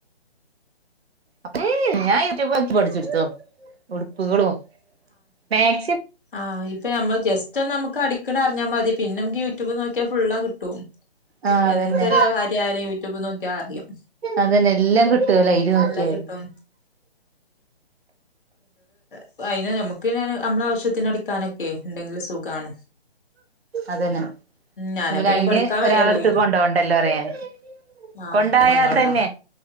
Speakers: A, on the right (about 70°); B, on the left (about 55°).
A: അപ്പൊ ഈ ഹ് ഞാൻ യൂട്യൂബോക്കി പഠിച്ച്ട്ത്തു ഉടുപ്പുകളും മാക്സിയൊ
B: ആയി പ്പൊ ഞമ്മള് ജസ്റ്റൊന്നമ്മക്ക് അടിക്ക്ണ അറിഞ്ഞ മതി പിന്നെങ്കി യൂ ടുബ് നോക്കിയ ഫുള്ള് കിട്ടും
A: ആ അതന്നെ
B: എന്തൊരു കാര്യായാലും യൂട്യൂബ് നോക്കിയാ അറിയും
A: അതെന്നെല്ലാം കിട്ടോലോ അയില് നോക്കിയാല്
B: എല്ലാം കിട്ടും പ്പൊ അയ്ന് നമുക്കിനന് അമ്മളാവശ്യത്തിന് അടിക്കാനൊക്കെ ണ്ടങ്ങി സുഖാണ്
A: അതന്നെ
B: ഞാനൊക്കെ
A: ന്ന പിന്നെ
B: അയ്ന്
A: അയിന്
B: പഠിക്കാൻ
A: ഒരാളെടുത്ത്
B: വരെ പോയി
A: കൊണ്ടോണ്ടല്ലോ അറിയാൻ
B: ആ
A: കൊണ്ടായാ
B: കൊണ്ടൊണ്ട
A: തന്നെ